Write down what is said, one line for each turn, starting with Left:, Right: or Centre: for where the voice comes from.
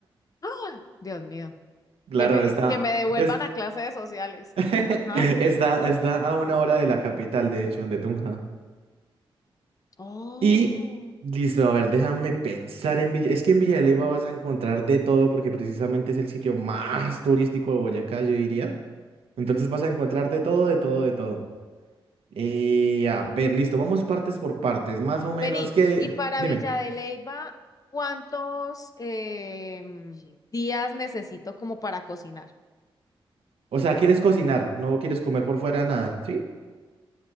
Left: ¡Ah! Dios mío,
Right: <laughs> claro,
Left: que me,
Right: está,
Left: que me devuelvan
Right: es,
Left: a clases sociales.
Right: <laughs>
Left: Ajá.
Right: está, está a una hora de la capital, de hecho, de Tunja.
Left: Oh.
Right: Y listo, a ver, déjame pensar en Villa. Es que en Villa de Leyva vas a encontrar de todo porque precisamente es el sitio más turístico de Boyacá, yo diría. Entonces vas a encontrar de todo, de todo, de todo. Y a ver, listo, vamos partes por partes, más o menos
Left: Vení,
Right: qué
Left: y para
Right: dime,
Left: Villa de Leyva, ¿cuántos em, días necesito como para cocinar?
Right: o sea, ¿quieres cocinar? ¿No quieres comer por fuera nada? ¿Sí?